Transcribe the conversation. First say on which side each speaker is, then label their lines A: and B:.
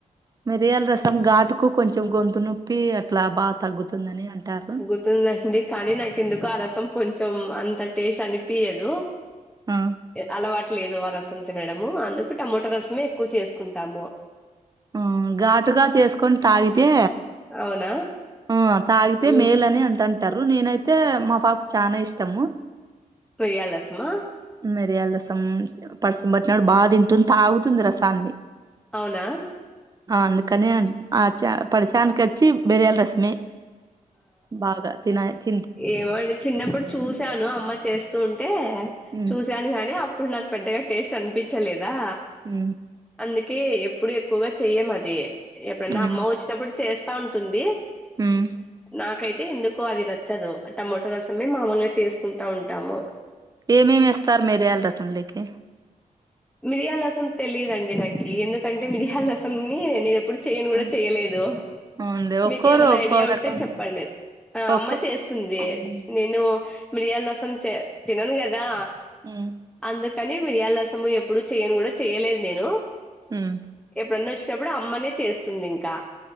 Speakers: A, on the right; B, in the centre.
A: మిరియాల రసం ఘాటుకు కొంచెం గొంతు నొప్పి అట్లా బాగా తగ్గుతుందని అంటారు.
B: వస్తుందండి కానీ నాకేందుకో ఆ రసం కొంచెం అంత టేస్ట్ అనిపియదు.
A: ఆ
B: అలవా టు లేదు ఆ రసం తినడము అందుకు టమోటో రసమే ఎక్కువ చేసుకుంటాము.
A: ఆ ఘాటుగా చేసుకొని తాగితే
B: అవునా
A: ఆ తాగితే
B: హ్మ్.
A: మేలని అంటు అంటంటారు నేనైతే మా పాపకు చానా ఇష్టము.
B: పోయల్ రాస్మా
A: మిరియాల రసం పడిసిం పట్టినపుడు బాగా తింటుంది తాగుతుంది రసాన్ని
B: అవునా
A: ఆ అందుకని ఆచ పడిశానికి వచ్చి బెరయాల రసమే బాంగా తినయితి
B: ఏమండి చిన్నప్పుడు చూశాను అమ్మ చేస్తూ ఉంటే
A: ఉమ్
B: చూసాను కానీ అప్పుడు నాకు పెద్దగా టేస్ట్ అనిపించలేదా?
A: హ
B: అందుకే ఎప్పుడు ఎక్కువగా చెయ్యం అది ఎప్పుడన్నా
A: ఉమ్
B: అమ్మ వచ్చినప్పుడు చేస్తా ఉంటుంది
A: హ్మ్
B: నాకైతే ఎందుకో అది నచ్చదు టమాటో రసమే మామూలుగా చేసుకుంటా ఉంటాము
A: ఏమేమి ఏస్తారు మెరియాల రసంలోకి
B: మిరియాల రసం తెలియదండి నాకి ఎందుకంటే మిరియాల రసంని నేను ఎప్పుడు చెయన్ కూడా
A: ఆ,
B: చెయలేదు
A: అవునులే ఒక్కోరు
B: మీక ఏమన్నా
A: ఒక్కో
B: ఐడియా ఉంటే
A: రకంగా
B: చెప్పండి
A: ఒక్కో
B: అమ్మ చే స్తుంది
A: ఉమ్
B: నేను మిరియాల రసం చే తినను కదా
A: హ్మ్
B: అందుకని మిర్యాల రసము ఎప్పుడు చెయని కూడా చెయలేదు నేను
A: హ్మ్
B: ఎప్పుడన్న వచ్చినప్పుడు అమ్మనే చేస్తుంది ఇంకా